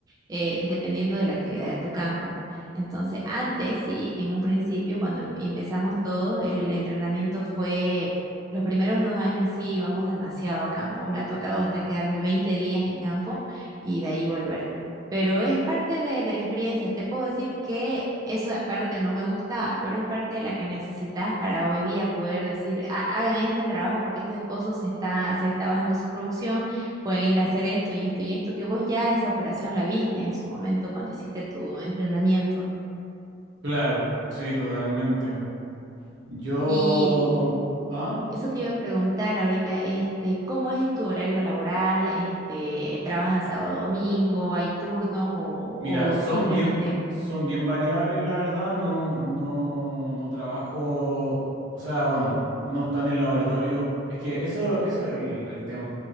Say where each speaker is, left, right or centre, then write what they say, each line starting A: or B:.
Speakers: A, on the right; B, on the right.
A: eh, dependiendo de la actividad de tu campo. Entonces, antes, sí, en un principio, cuando em- empezamos todos, el entrenamiento fue, los primeros dos años sí íbamos demasiado a campo. Me ha tocado hasta quedarme 20 días en campo y de ahí volver. Pero es parte de, de la experiencia. Te puedo decir que eso aparte no me gustaba, pero es parte de la que necesitas para hoy día poder decir, "Ha- hagan este trabajo porque este pozo se está, se está bajando su producción pueden ir a hacer esto y esto y esto, que vos ya esa operación la viste en su momento cuando hiciste tu entrenamiento.
B: Claro, sí, totalmente. Yo...
A: Y
B: ¿Ah?
A: eso te iba a preguntar ahorita, este, ¿cómo es tu horario laboral? Este, ¿trabajan sábado, domingo? ¿Hay turnos o,
B: Mira,
A: o
B: son
A: simplemente?
B: bien, son bien variables, la verdad. No, no, no trabajo. O sea, bueno, uno está en el laboratorio. Es que eso, eso es el, el tema.